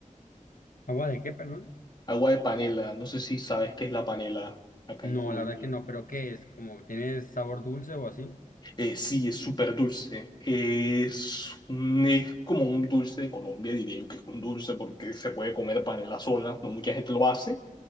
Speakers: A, on the left (about 85°); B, on the left (about 35°).
A: ¿Agua de qué, perdón?
B: Agua de panela, no sé si sabes qué es la panela acá
A: No,
B: en Colombia.
A: la verdad que no, pero ¿qué es? ¿Como tiene sabor dulce o así?
B: Eh, sí, es súper dulce. Es, un- es como un dulce de Colombia, diría yo que es un dulce porque se puede comer panela sola, no mucha gente lo hace,